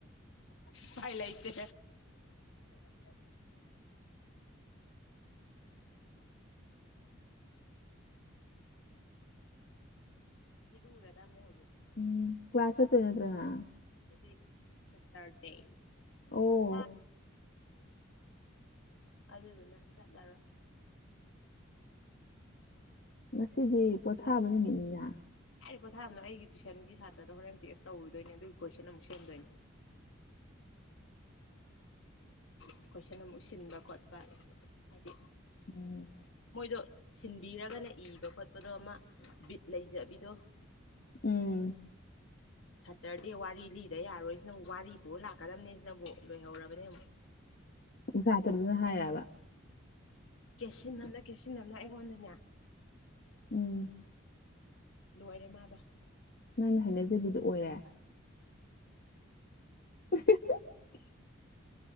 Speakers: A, on the left; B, on the left.
A: ꯄꯥꯏ ꯂꯩꯇꯦ ꯏꯔꯦꯗꯥꯟꯅꯦ ꯍꯒꯦ
B: ꯎꯝ ꯀ꯭ꯂꯥꯁꯦ ꯆꯠꯇꯣꯏ ꯅꯠꯇ꯭ꯔꯣ ꯅꯪ
A: ꯗꯤ ꯆꯠꯇꯔꯗꯦ
B: ꯑꯣ
A: ꯍ ꯑꯗꯨꯗꯨꯅ ꯆꯠꯂꯔ
B: ꯉꯁꯤꯗꯤ ꯄꯣꯊꯥꯕ ꯅꯨꯃꯤꯠꯅꯤꯅ
A: ꯍꯥꯏꯔꯤꯕ ꯄꯣꯊꯥꯝꯗꯣ ꯑꯩꯒꯤ ꯇꯨꯏꯁꯟꯒꯤ ꯁꯥꯇ꯭ꯔꯗ ꯍꯣꯔꯦꯟ ꯇꯦꯛꯁ ꯇꯧꯔꯨꯗꯣꯏꯅꯦ ꯑꯗꯨꯒꯤ ꯀꯣꯏꯁꯟ ꯑꯃꯨꯛ ꯁꯦꯝꯗꯣꯏꯅꯦ ꯑꯩꯈꯣꯏꯁꯤꯅ ꯑꯃꯨꯛ ꯁꯤꯟꯕ ꯈꯣꯠꯄ ꯍꯥꯏꯗꯤ
B: ꯎꯝ
A: ꯃꯣꯏꯗꯣ ꯁꯤꯟꯕꯤꯔꯒꯅ ꯏꯕ ꯈꯣꯠꯄꯗꯣ ꯑꯃ ꯕꯤꯠ ꯂꯩꯖꯕꯤꯗꯣ
B: ꯎꯝ
A: ꯁꯇꯔꯗꯦ ꯋꯥꯔꯤ ꯂꯤꯗ ꯌꯥꯔꯣꯏꯁꯤꯅꯕꯨ ꯋꯥꯔꯤ ꯄꯨꯔ ꯂꯥꯛꯀꯗꯕꯅꯤ ꯁꯤꯅꯕꯨ ꯂꯣꯏꯍꯧꯔꯕꯅꯦ ꯑꯃꯛ
B: ꯁꯥꯇ꯭ꯔꯗꯨꯅ ꯍꯥꯏꯑꯕ
A: ꯀꯦꯁꯤꯟ ꯑꯃꯅ ꯀꯦꯁꯤꯟ ꯑꯃꯅ ꯑꯩꯉꯣꯟꯗꯅꯦ
B: ꯎꯝ
A: ꯂꯣꯏꯔꯦ ꯃꯥꯗꯣ
B: ꯅꯪꯅ ꯍꯥꯏꯅꯖꯕꯤꯗꯨ ꯑꯣꯏꯔꯦ <inaudible>